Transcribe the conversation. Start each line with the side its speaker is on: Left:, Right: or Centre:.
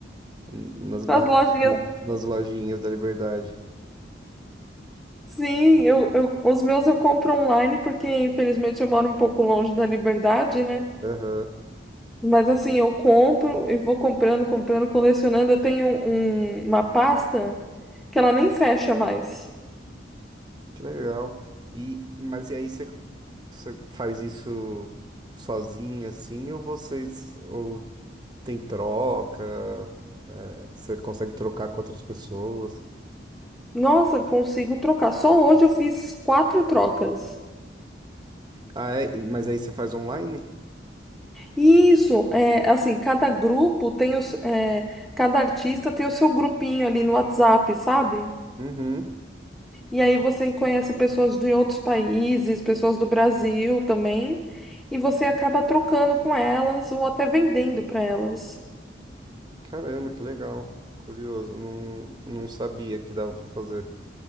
Right: N- Nas barra...
Centre: Nas lojinhas.
Right: nas lojinhas da Liberdade.
Centre: Sim, eu, eu, os meus eu compro online porque infelizmente eu moro um pouco longe da liberdade, né?
Right: Aham,
Centre: Mas assim, eu compro e vou comprando, comprando, colecionando. Eu tenho um- uma pasta. que ela nem fecha mais.
Right: Que legal. E, mas e aí você, você faz isso sozinha, assim, ou vocês, ou tem troca, é, você consegue trocar com outras pessoas?
Centre: Nossa, consigo trocar. Só hoje eu fiz quatro trocas.
Right: Ah, é? E- Mas aí você faz online?
Centre: E Isso, é assim, cada grupo tem os, é, cada artista tem o seu grupinho ali no WhatsApp, sabe?
Right: Uhum.
Centre: E aí você conhece pessoas de outros países, pessoas do Brasil também, e você acaba trocando com elas ou até vendendo para elas.
Right: Caramba, que legal. Curioso, não, não sabia que dava pra fazer